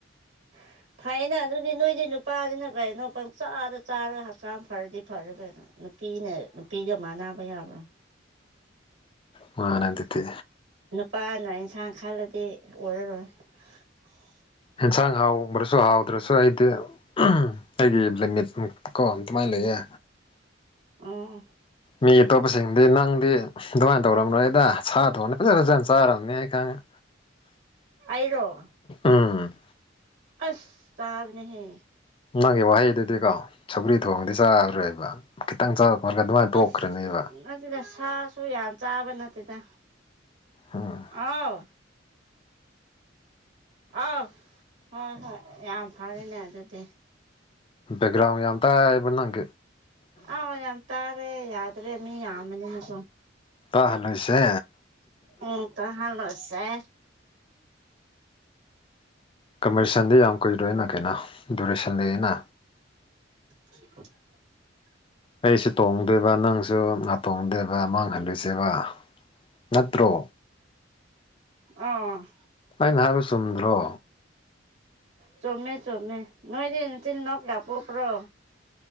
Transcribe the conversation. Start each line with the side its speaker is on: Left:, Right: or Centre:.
Right: <unintelligible> ꯐꯩꯅ ꯑꯗꯨꯗꯤ ꯅꯣꯏꯗꯤ ꯅꯨꯄꯥꯅꯤꯅ ꯀꯩꯅꯣ ꯄꯪ ꯆꯥꯗ ꯆꯥꯔꯒ ꯍꯛꯆꯥꯡ ꯐꯔꯗꯤ ꯐꯔꯦ ꯀꯩꯅꯣ ꯅꯨꯄꯤꯅ ꯅꯨꯄꯤꯒ ꯃꯥꯅꯥꯕ ꯌꯥꯕ꯭ꯔꯥ
Left: ꯃꯥꯅꯗꯗꯤ
Right: ꯅꯨꯄꯥꯅ ꯏꯟꯁꯥꯡ ꯈꯜꯂꯗꯤ ꯑꯣꯏꯔꯔꯣꯏ <unintelligible>
Left: ꯌꯦꯟꯁꯥꯡ ꯍꯥꯎꯕ꯭ꯔꯁꯨ ꯍꯥꯎꯗ꯭ꯔꯁꯨ ꯑꯩꯗꯤ <unintelligible> ꯑꯩꯒꯤ ꯂꯤꯃꯤꯠ ꯃꯨꯛꯀꯣ ꯑꯗꯨꯃꯥꯏꯅ ꯂꯩꯌꯦ
Right: ꯑꯝ
Left: ꯃꯤ ꯑꯇꯣꯞꯄꯁꯤꯡꯗꯤ ꯅꯪꯗꯤ ꯑꯗꯨꯃꯥꯏꯅ ꯇꯧꯔꯝꯔꯣꯏꯗ ꯁꯥ ꯊ‌ꯣꯡꯉꯗꯤ ꯐꯖꯅ ꯐꯖꯅ ꯆꯥꯔꯝꯅꯤ ꯑꯩ ꯈꯪꯉꯦ
Right: ꯑꯩꯔ‌ꯣ
Left: ꯎꯝ
Right: ꯑꯁ ꯇꯥꯕꯅꯦꯍꯦ
Left: ꯅꯪꯒꯤ ꯋꯥꯍꯩꯗꯨꯗꯤꯀꯣ ꯁꯒ꯭ꯔꯤ ꯊꯣꯡꯗꯤ ꯆꯥꯔꯔꯣꯏꯕ ꯈꯤꯇꯪ ꯆꯔꯛꯔꯒ ꯑꯗꯨꯃꯥꯏꯅ ꯇꯣꯛꯈ꯭ꯔꯅꯦꯕ
Right: ꯑꯁ ꯑꯗꯨꯗ ꯁꯥꯁꯨ ꯌꯥꯝ ꯆꯥꯕ ꯅꯠꯇꯦꯗ
Left: ꯎꯝ
Right: ꯑꯥꯎ ꯑꯥꯎ ꯍꯣꯏ ꯍꯣꯏ ꯌꯥꯝ ꯐꯔꯦꯅꯦ ꯑꯗꯨꯗꯤ
Left: ꯦꯛ꯭ꯔꯥꯎ ꯌꯥꯝ ꯑꯃꯇꯕꯪ
Right: ꯑꯥꯎ ꯌꯦ ꯇꯔꯦ ꯌꯥꯗ꯭ꯔꯦ ꯃꯤ ꯌꯥꯝꯃꯅꯤꯅꯁꯨꯣ
Left: ꯀ ꯍꯜꯁꯦ
Right: ꯎꯝ ꯀꯍꯅꯣ ꯁꯦ
Left: ꯀꯝꯄꯤꯇꯁꯟꯗꯤ ꯌꯥꯝ ꯀꯨꯏꯔꯣꯏ ꯑꯩꯅ ꯀꯩꯅꯣ ꯗꯨꯔꯦꯁꯟꯗ ꯑꯩꯅ
Right: <unintelligible>
Left: ꯑꯩꯁꯨ ꯇꯣꯡꯗꯦꯕ ꯅꯪꯁꯨ ꯉꯍꯥꯛ ꯇꯣꯡꯗꯦꯕ ꯃꯥꯡꯍꯟꯂꯣꯏꯁꯦꯕ ꯅꯠꯇ꯭ꯔꯣ
Right: ꯑꯣ
Left: ꯑꯩꯅ ꯍꯥꯏꯕ ꯆꯨꯝꯗ꯭ꯔꯣ
Right: ꯆꯃꯦ ꯆꯣꯃꯦ ꯅꯣꯏꯗꯤ ꯆ ꯅꯗꯥ ꯄꯣꯄ꯭ꯔꯣ